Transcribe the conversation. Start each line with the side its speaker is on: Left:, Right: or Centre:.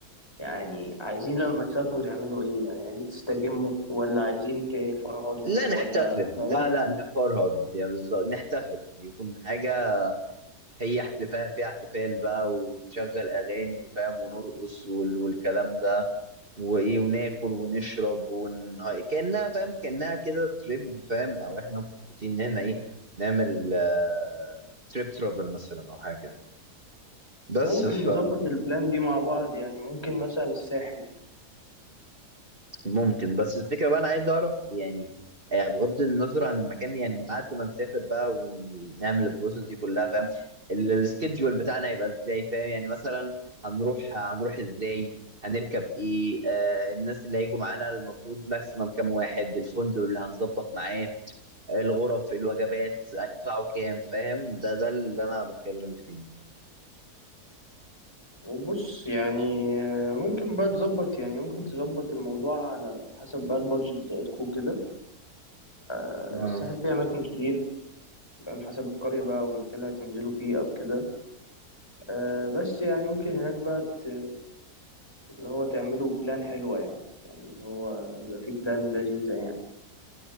Left: يعني عايزين لما تسافروا تعملوا ايه يعني عايزين تستجموا ولا عايزين تفرهدوا
Right: لا
Left: ولا
Right: نحتفل
Left: فاهم
Right: لا لا نفرهد يعني بالظبط نحتفل يكون حاجة هي احتفال في احتفال بقى ونشغل اغاني وفاهم ونرقص وال- والكلام ده وايه وناكل ونشرب ونه... كانها فاهم كانها كده تريب فاهم او احنا مخططين ان احنا ايه نعمل آه... تريب ترافل مثلا او حاجه كده بس
Left: ممكن
Right: ف
Left: نظبط البلان دي مع بعض يعني ممكن مثلا الساحل
Right: ممكن بس الفكرة بقى أنا عايز أعرف يعني آه، بغض النظر عن المكان يعني بعد ما نسافر بقى ونعمل البروسيس دي كلها فاهم ال- السكيدجول بتاعنا هيبقى إزاي فاهم يعني مثلا هنروح هنروح إزاي هنركب إيه آه الناس اللي هيجوا معانا المفروض ماكسيمم كام واحد الفندق اللي هنظبط معاه آه، الغرف الوجبات هيدفعوا كام فاهم ده ده اللي أنا بتكلم فيه
Left: وبص يعني آه، ممكن بقى تظبط يعني ممكن تظبط الموضوع على حسب بقى البادجت بتاعتكو كده آه،
Right: اه
Left: الساحل فيه أماكن كتير فاهم حسب القرية بقى والمكان اللي هتنزلوا فيه أو كده آه، بس يعني ممكن هناك بقى ت- اللي هو تعملوا بلان حلوة يعني يعني اللي هو يبقى فيه بلان لذيذة يعني